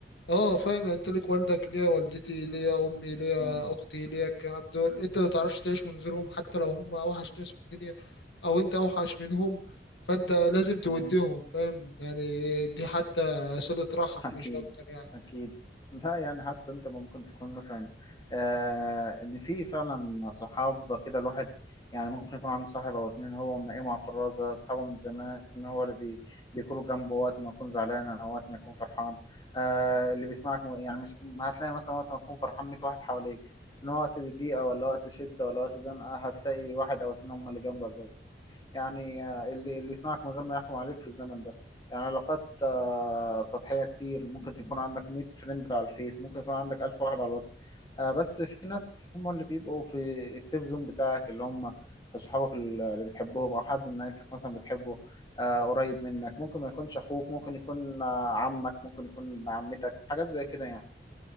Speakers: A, on the left; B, on the left.
A: اه فاهم يعني انت ليك والدك ليا والدتي ليا امي ليا
B: مم.
A: اختي ليا الكلام دول انت ما تعرفش تعيش من غيرهم حتى لو هم اوحش ناس في الدنيا او انت اوحش منهم فانت لازم توديهم
B: آه.
A: فاهم يعني دي حتى صلة رحم
B: أكيد
A: مش اكتر يعني
B: أكيد لا يعني حتى أنت ممكن تكون مثلا آه إن في فعلا صحاب كده الواحد يعني ممكن يكون عنده صاحب أو اتنين هو منقيهم على الفرازة أصحابه من زمان هو اللي بي بيكونوا جنبه وقت ما يكون زعلان أو وقت ما يكون فرحان آه اللي بيسمعك م- يعني مش هتلاقي مثلا وقت ما تكون فرحان 100 واحد حواليك إن وقت ضيقة ولا وقت شدة ولا وقت زنقة هتلاقي واحد أو اتنين هم اللي جنبك بس يعني آه اللي اللي يسمعك من غير ما يحكم عليك في الزمن ده. يعني علاقات آه، سطحية كتير ممكن يكون عندك 100 فريند على الفيس ممكن يكون عندك 1000 واحد على الواتس آه، بس في ناس هم اللي بيبقوا في السيف زون بتاعك اللي هم صحابك اللي بتحبهم أو حد من عيلتك مثلا بتحبه آه، قريب منك ممكن ما يكونش أخوك ممكن يكون آه، عمك ممكن يكون ابن عمتك حاجات زي كده يعني